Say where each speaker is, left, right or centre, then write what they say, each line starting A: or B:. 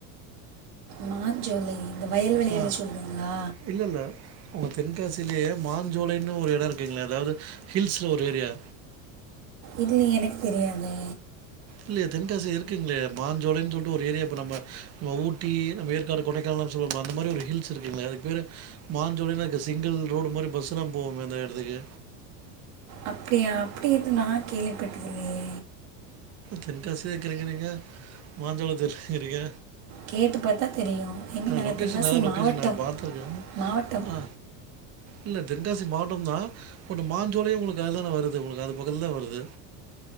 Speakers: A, on the right (about 65°); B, on the right (about 35°).
A: மாஞ்சோலை இந்த வயல்வெளியலா
B: ஆ
A: சொல்றீங்களா
B: இல்ல இல்ல உங்க தென்காசிலயே மாஞ்ஜோலைன்னு ஒரு எடோ இருக்குங்களே அதாவது ஹில்ஸ்சுல ஒரு ஏரியா
A: இல்லயே எனக்கு தெரியாதே
B: இல்லயே தென்காசில இருக்குங்களே மாஞ்சோலைன்னு சொல்லிட்டு ஒரு ஏரியா இப்போ நம்ம நம்ம ஊட்டி நம்ம ஏற்காடு கொடைக்கானலா சொல்லுவோ அந்த மாதிரி ஒரு ஹில்ஸ் இருக்குதுங்களே அதுக்கு பேரு மாஞ்சோலைன்னு சிங்கிள் ரோடு மாரி பஸ்ஸுலா போவுமே அந்த எடத்துக்கு
A: அப்டியா அப்டி எது நா கேள்விபட்டதில்லயே
B: தென்காசில இருக்கிறீங்க மாஞ்சோலை தெரிலங்குறிங்க
A: கேட்டு பார்த்தா தெரியும் ஐ மீன்
B: அ
A: நாங்கள்
B: லோகேஷன்
A: தென்காசி
B: நல்ல லோகேஷன்
A: மாவட்டம்
B: நா பாத்திருக்கே
A: மாவட்டம்
B: ஆ இல்ல தென்காசி மாவட் டந்தா பட் மாஞ்சோலை உங்களுக்கு அதுல தானே வருது உங்களுக்கு அது பக்கதுல தா வருது